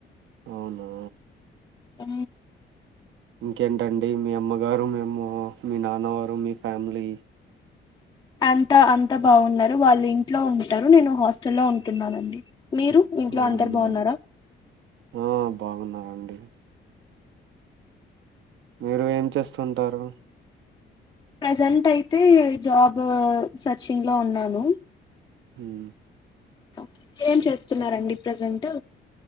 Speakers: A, on the right (about 80°); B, on the left (about 20°).
A: అవునా
B: అ
A: ఇంకేంటండి మీ అమ్మగారు మేము మీ నాన్నవారు మీ ఫ్యామిలీ
B: అంత అంత బాగున్నారు వాళ్ళు ఇంట్లో ఉంటారు నేను హాస్టల్లో ఉంటున్నానండి మీరు ఇంట్లో
A: అవునా
B: అందరు బాగున్నారా
A: ఆ బాగున్నారంండి మీరు ఏం చేస్తుంటారు
B: ప్రజెంట్ అయితే జాబ్ సర్చింగ్ లో ఉన్నాను
A: హమ్
B: ఓకే మీరేం చేస్తున్నరండి ప్రజెంట్